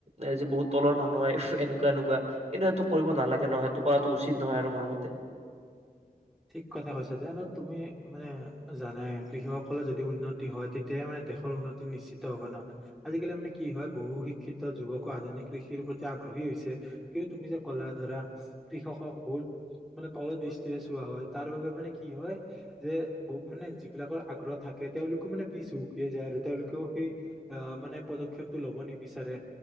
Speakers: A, on the right; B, in the centre.
A: এ যে বহুত তলৰ মানুহ হয় এনেকুৱা এনেকুৱা কিন্তু এইটো- কৰিব নালাগে ন সেইটো কৰাটো উচিত নহয় আৰু মোৰ মতে-
B: ঠিক কথা কৈছা দিয়া আৰু তুমি মানে জানে কৃষকসকলৰ যদি উন্নতি হয় তেতিয়াহে মানে দেশৰ উন্নতি নিশ্চিত হব নহয় আজিকালি মানে কি হয় বহু শিক্ষিত যুৱকো আধুনিক কৃষিৰ প্ৰতি আগ্ৰহী হৈছে কিন্তু তুমি যে ক'লা ধৰা কৃষকক বহুত মানে তলৰ দৃষ্টিৰে- কোৱা হয় তাৰ বাবে মানে কি হয় যে মানে যিবিলাকৰ আগ্ৰহ থাকে তেওঁলোকো মানে পিছো- কিয় যায় আৰু তেওঁলোকেও সেই- আহ মানে পদক্ষেপটো ল'ব নিবিচাৰে